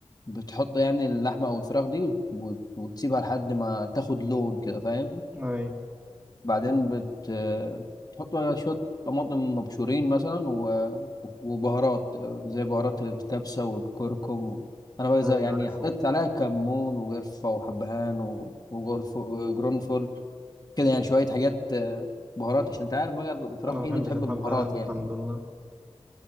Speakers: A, on the left (about 35°); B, on the right (about 20°).
A: بتحط يعني اللحمة أو الفراخ دي وت... وت... وتسيبها لحد ما تاخد لون كده فاهم
B: اي
A: بعدين بت بتحط بقى شوية طماطم مبشورين مثلا و... وبهارات زي بهارات الكبسة والكركم أنا بقى
B: أي
A: زي- يعني
B: عارفه
A: حطيت عليها كمون وقرفة وحبهان و- وجرف وجرنفل كده يعني شوية حاجات آه، بهارات عشان أنت عارف بقى الفراخ
B: انا
A: هي
B: ما بحبش
A: دي بتحب
B: الحبهان
A: البهارات يعني
B: الحمد لله